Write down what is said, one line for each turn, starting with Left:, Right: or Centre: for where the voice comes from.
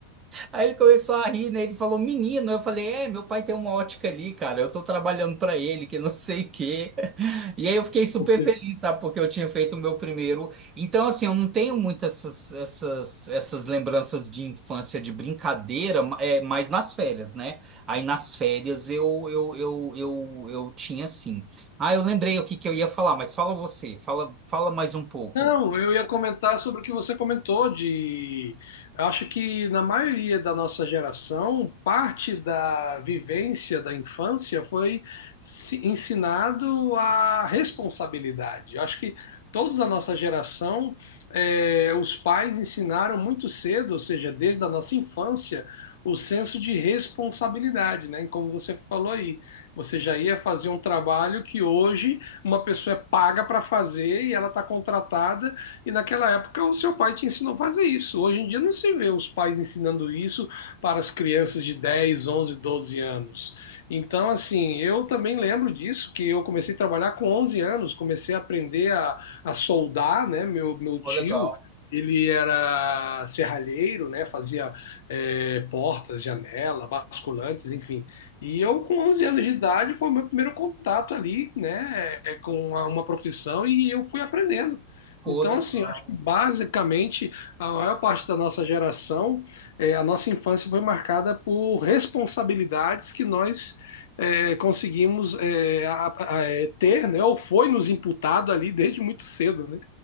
Right: Aí ele começou a rir, né? Ele falou, menino. Eu falei, é, meu pai tem uma ótica ali, cara. Eu tô trabalhando pra ele, que não sei o quê. <laughs> E aí eu fiquei super
Left: Você
Right: feliz, sabe? Porque eu tinha feito o meu primeiro. Então, assim, eu não tenho muitas essas, essas, essas lembranças de infância, de brincadeira, ma- é, mas nas férias, né? Aí nas férias eu, eu, eu, eu, eu tinha, assim. Ah, eu lembrei o que que eu ia falar, mas fala você. Fala, fala mais um pouco.
Left: Não, eu ia comentar sobre o que você comentou de, eu acho que na maioria da nossa geração, parte da vivência da infância foi se- ensinado a responsabilidade. Eu acho que todos da nossa geração, eh, os pais ensinaram muito cedo, ou seja, desde a nossa infância, o senso de responsabilidade, né? Como você falou aí, você já ia fazer um trabalho que hoje uma pessoa é paga para fazer e ela está contratada, e naquela época o seu pai te ensinou a fazer isso. Hoje em dia não se vê os pais ensinando isso para as crianças de dez, onze, doze anos. Então, assim, eu também lembro disso, que eu comecei a trabalhar com 11 anos, comecei a aprender a, a soldar, né? Meu, meu
Right: Pô,
Left: tio,
Right: legal.
Left: ele era serralheiro, né? Fazia eh, portas, janela, basculantes, enfim. E eu, com 11 anos de idade, foi o meu primeiro contato ali, né, é, com uma, uma profissão e eu fui aprendendo.
Right: Pô,
Left: Então,
Right: legal.
Left: assim, eu acho que basicamente a maior parte da nossa geração, é, a nossa infância foi marcada por responsabilidades que nós é, conseguimos é, a- a- é, ter, né, ou foi nos imputado ali desde muito cedo, né?